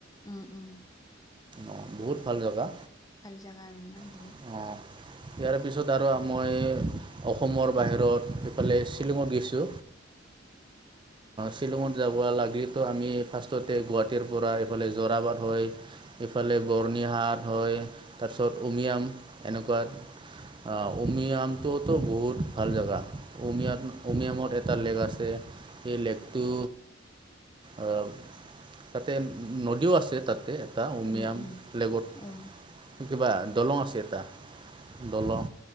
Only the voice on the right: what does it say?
অ বহুত ভাল জেগা
অ ইয়াৰ পিছত আৰু মই অসমৰ বাহিৰত এইফালে শ্বিলঙত গৈছো শ্বিলঙত যাব লাগেতো আমি ফাৰ্ষ্টতে গুৱাহাটীৰ পৰা এইফালে জোৰাবাট হয় ইফালে বৰ্ণিহাট হয় তাৰপিছত উমিয়াম এনেকোৱা উমিয়ামটোতো বহুত ভাল জেগা উমিয়াত উমিয়ামত এটা লেক আছে সেই লেকটো অহ তাতে নদীও আছে তাতে এটা উমিয়াম
লেকত
কিবা দলং আছে এটা দলং